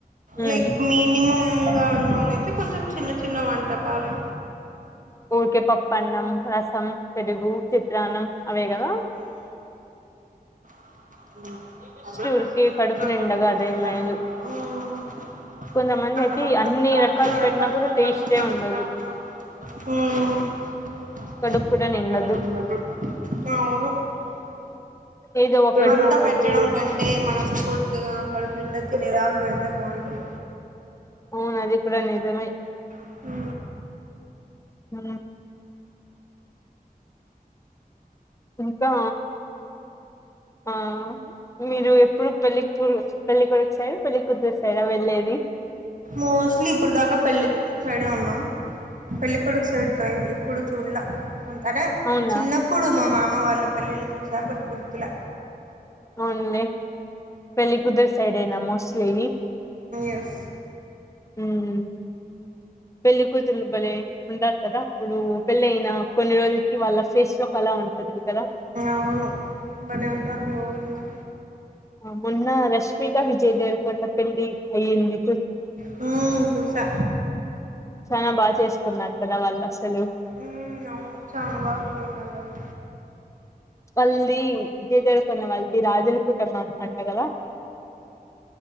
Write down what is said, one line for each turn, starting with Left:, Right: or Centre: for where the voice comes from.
Left: ఉమ్
Right: లైక్ మినీ ంగా ఉన్నాళ్ళు అయితే కొంచెం చిన్న చిన్న వంటకాలు
Left: ఊరికే పప్పన్నం రసం పెరుగు చిత్రాన్నం అవే గదా
Right: ఆ
Left: ఊరికే
Right: కడుపు
Left: నిండగా అదే మేలు
Right: నిండల్ల
Left: కొంతమంది
Right: అది
Left: అయితే అన్ని రకాలు పెట్టినా
Right: ఏం
Left: కూడా టేస్టే ఉండదు
Right: లేదు <unintelligible>
Left: కడుపు కూడా నిండదు
Right: అవును
Left: ఏదో ఒక
Right: అంత పెట్టడం కంటే మనస్ఫూర్తి ర్తిగా కడుపు నిండా తినే దాకా పెడితే బాగుంటుంది
Left: అవును అది కూడా నిజమే
Right: ఉ
Left: ఉ ఇంకా ఆ ఆ మీరు ఎప్పుడు పెళ్ళికూ పెళ్ళికొడుకి సైడ్ ఆ పెళ్ళికూతురు సైడ్ ఆ వెళ్ళేది
Right: మోస్ట్లీ ఇప్పుడు దాకా పెళ్లి కూతురు సైడే ఉన్నాం పెళ్ళికొడుకు సైడ్ ట్రై ఎప్పుడు చూడల అంతేనేే
Left: అవునా
Right: చిన్నప్పుడు మా మామ వాళ్ళ పెళ్ళిళ్లు చూసా బట్ గుర్తుల
Left: అవునులే పెళ్లి కూతురు సైడ్ ఏనా మోస్ట్లీ
Right: ఎస్
Left: మ్ పెళ్లి కూతురులు బలే ఉంటారు కదా అప్పుడు పెళ్ళయిన కొన్ని రోజులకి వాళ్ళ ఫేస్ లో కల ఉంటుంది కదా
Right: అవును భలే ఉంటారు గ్లోయింగ్గా
Left: మొన్న రష్మికా విజయ్ దేవరకొండా పెళ్లి అయింది
Right: హా చూసా
Left: చాలా బాగా చేసుకున్నారు కదా వాళ్ళు అసలు
Right: ఉ అవును చానా బాగున్నున్నారు వాళ్ళు
Left: వాళ్ళది విజయదేవరకొండ వాళ్ళది రాజులు కు టు <unintelligible> అంట కదా